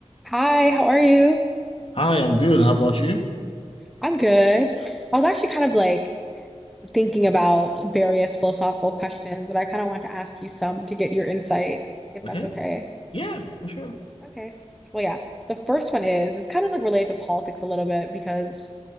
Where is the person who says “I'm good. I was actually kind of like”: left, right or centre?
Centre